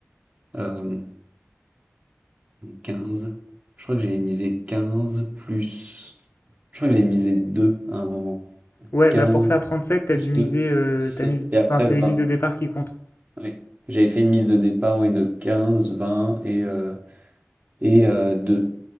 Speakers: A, on the right; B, on the left.
A: euh, quinze Je crois que j'avais misé 15 plus. Je crois que j'avais misé 2 à un moment.
B: Ouais,
A: quinze
B: bah pour faire 37, t'as
A: plus
B: dû miser...
A: deux
B: euh,
A: dix sept
B: t'as mis...
A: Et après,
B: Enfin, c'est
A: vingt
B: les mises de départ qui comptent.
A: Ouais. J'avais fait une mise de départ, oui, de quinze 20 et, euh, et euh, 2.